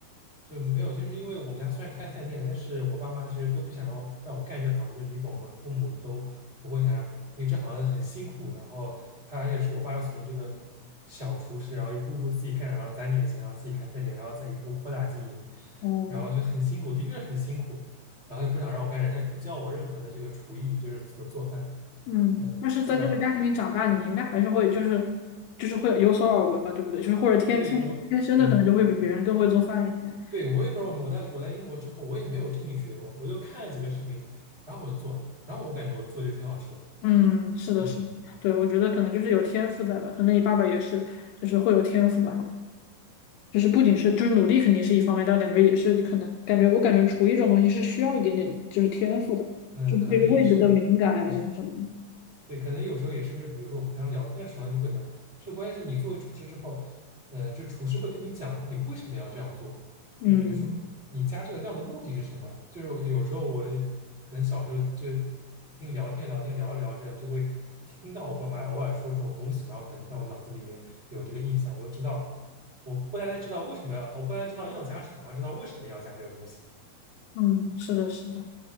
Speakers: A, on the right; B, on the left.
A: 就没有，就是因为我们家虽然开饭店，但是我爸妈其实都不想让我让我干这行，就你懂吗？父母都不会想让，因为这行很辛苦。然后他而且是我爸是从这个小厨师，然后一步步自己干，然后攒点钱，然后自己开饭店，然后再一步扩大经营，
B: 哦，
A: 然后就很辛苦，的确是很辛苦。然后也不想让我干这，他也不教我任何的这个厨艺，就是怎么做饭，
B: 嗯，
A: 呃，
B: 但是在这个家庭里长大，
A: 基本上
B: 你应该还是会就是就是会有所耳闻吧，对不对？就是或者天天天生的可能就会比别人更会做饭一些。
A: 对我，嗯。对，我也不知道为什么我在我在英国之后，我也没有正经学过，我就看了几个视频，然后我就做了，然后我感觉我做就挺好吃的，
B: 嗯，是的，
A: 嗯
B: 是的，对，我觉得可能就是有天赋在吧，可能你爸爸也是，就是会有天赋吧。就是不仅是就是努力肯定是一方面，但感觉也是可能感觉我感觉厨艺这种东西是需要一点点就是天赋的，
A: 嗯，
B: 就是个味觉的敏感啊这些什么的。
A: 呃可能也是，对，对，可能有时候也是，就是比如说我们平常聊天的时候就会聊，就关键是你作为厨师之后，呃，就厨师会跟你讲你为什么要这样做，
B: 嗯
A: 就比如说你加这个料的目的是什么，就是有时候我可能小时候就听聊天聊天聊着聊着就会听到我爸妈偶尔说这种东西，然后可能就在我脑子里面有这个印象，我就知道，我不单单知道为什么要，我不单单知道要加什么，还知道为什么要加这个东西。
B: 嗯，是的，是的，